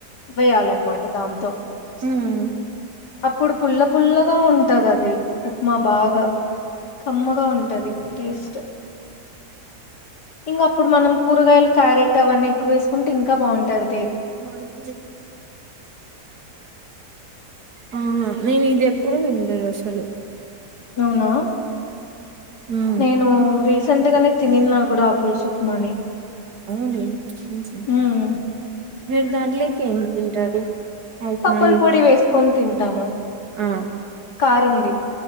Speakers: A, on the left; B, on the right.
A: వేయాలనమాట దాం
B: మ్మ్
A: అప్పుడు పుల్ల పుల్లగా ఉంటాది అది ఉప్మా బాగా కమ్మగా ఉంటది టేస్ట్ ఇంగప్పుడు మనం కూరగాయలు క్యారెట్ అవన్నీ ఎక్కువ వేసుకుంటే ఇంకా బాగుంటది
B: <unintelligible> ఆ నేను ఇది ఎప్పుడు వినలేదు అసలు
A: అవునా
B: ఉమ్
A: నేను రీసెంట్గనే తినిన్న కూడా ఆ పులసు ఉప్మా ని
B: అవునే మ్మ్ హు
A: ఉమ్
B: మీరు దాంట్లేకి ఏం తింటారు ఉప్మాలు
A: పప్పుల పొడి వేసుకొని తింటాము
B: ఆ
A: కారంది